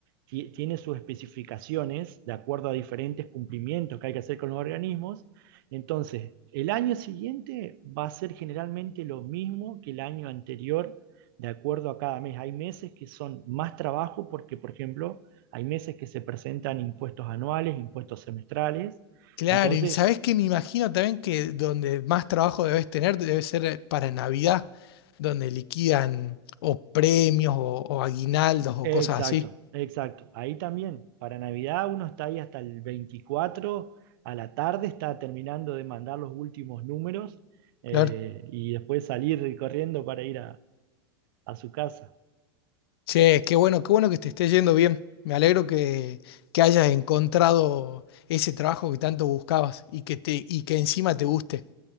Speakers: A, on the right; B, on the left.
A: ti- tiene sus especificaciones de acuerdo a diferentes cumplimientos que hay que hacer con los organismos. Entonces, el año siguiente va a ser generalmente lo mismo que el año anterior de acuerdo a cada mes. Hay meses que son más trabajo porque, por ejemplo, hay meses que se presentan impuestos anuales, impuestos semestrales.
B: Claro,
A: Entonces,
B: y sabes que me imagino también que donde más trabajo debes tener debe ser eh, para Navidad, donde liquidan o premios o, o aguinaldos o
A: Exacto,
B: cosas así.
A: exacto. Ahí también, para Navidad uno está ahí hasta el 24, a la tarde está terminando de mandar los últimos números eh,
B: Claro.
A: y después salir corriendo para ir a, a su casa.
B: Che, qué bueno, qué bueno que te esté yendo bien. Me alegro que, que hayas encontrado ese trabajo que tanto buscabas y que te, y que encima te guste.